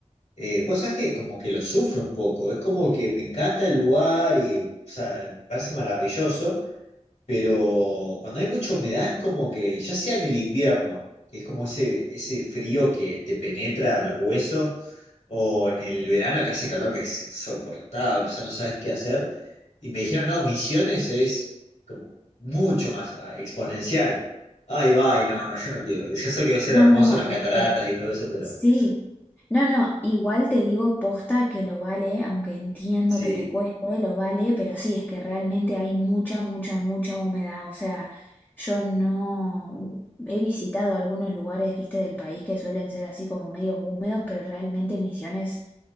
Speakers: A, on the left (about 65°); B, on the left (about 15°).
A: eh, vos sabés que como que lo sufro un poco, es como que me encanta el lugar y, o sea, me parece maravilloso, pero cuando hay mucha humedad es como que, ya sea en el invierno, que es como ese, ese frío que te penetra a los huesos, o en el verano que hace calor que es insoportable, o sea, no sabes qué hacer. Y me dijeron, no, Misiones es como mucho más ah, exponencial. Ay, ay, no, no, yo no quiero. Yo sé que debe ser
B: No,
A: hermoso
B: no,
A: las cataratas
B: es que
A: y todo eso, pero
B: Sí, no, no, igual te digo posta que lo vale, aunque entiendo
A: sí.
B: que te cueste, lo vale, pero sí, es que realmente hay mucha, mucha, mucha humedad, o sea, yo no he visitado algunos lugares, viste, del país que suelen ser así como medios húmedos, pero realmente Misiones